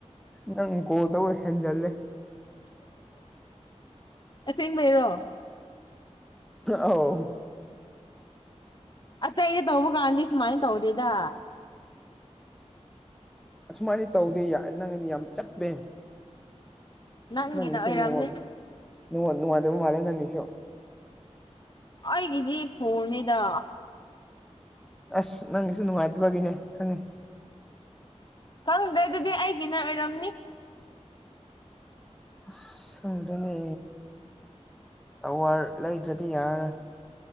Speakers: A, in the centre; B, on the left.
A: ꯅꯪ ꯒꯣꯜ ꯇꯧꯕ ꯍꯦꯟꯖꯜꯂꯦ
B: ꯁꯦꯡꯕꯩꯔꯣ
A: ꯑꯥꯎ
B: ꯑꯇꯩꯗꯤ ꯇꯧꯕ ꯀꯥꯟꯗꯤ ꯁꯨꯃꯥꯏꯅ ꯇꯧꯗꯦꯗ
A: ꯑꯁꯨꯃꯥꯏꯗꯤ ꯇꯧꯗꯦ ꯅꯪꯗꯤ ꯌꯥꯝ ꯆꯠꯄꯩ
B: ꯅꯪꯒꯤꯅ
A: ꯅꯪꯅꯤꯁꯨꯣ
B: ꯑꯣꯏꯔꯝꯅꯤ
A: ꯅꯋ ꯅꯨꯡꯉꯗꯕ ꯃꯥꯂꯦ ꯅꯪꯅꯤꯁꯨꯣ
B: ꯑꯒꯤꯗꯤ ꯐꯣꯟꯅꯤꯗ
A: ꯑꯁ ꯅꯪꯒꯤꯁꯨ ꯅꯨꯡꯉꯥꯏꯇꯕꯒꯤꯅꯦ ꯈꯪꯉ
B: ꯈꯪꯗꯩ ꯑꯗꯨꯗꯤ ꯑꯩꯒꯤꯅ ꯑꯣꯏꯔꯝꯅꯤ
A: ꯑꯁ ꯁꯪꯗ꯭ꯔꯅꯦ ꯑꯋꯥꯔ ꯂꯩꯗ꯭ꯔꯗꯤ ꯌꯥꯔꯦ